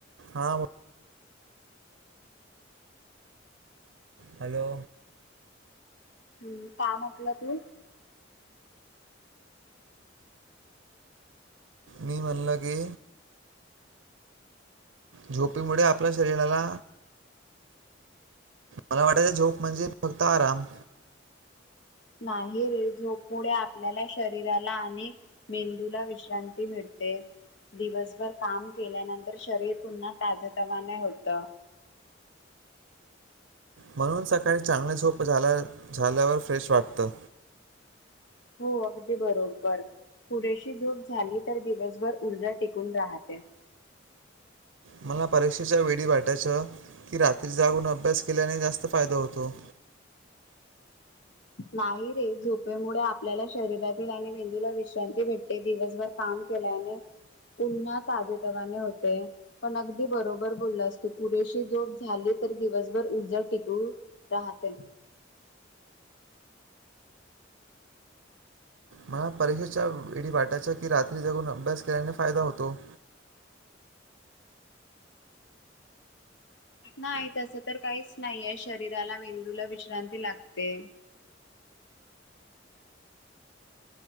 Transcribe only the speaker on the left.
हम् का म्हटलं तू
नाही रे जो पुढे आपल्याला शरीराला अनेक मेंदूला विश्रांती मिळते दिवसभर काम केल्यानंतर शरीर पुन्हा ताजे तमाने होत
हो अगदी बरोबर पुरेशी झोप झाली तर दिवसभर ऊर्जा टिकून राहते
नाही रे झोपेमुळे आपल्याला शरीरातील आणि मेंदूला विश्रांती भेटते दिवसभर काम केल्याने पुन्हा ताज तवाने होते पण अगदी बरोबर बोलला असतो पुरेशी जोप झाली तर दिवसभर उजा टिकू राहते
नाही तस तर काहीच नाहीे शरीराला मेंदूला विश्रांती लागते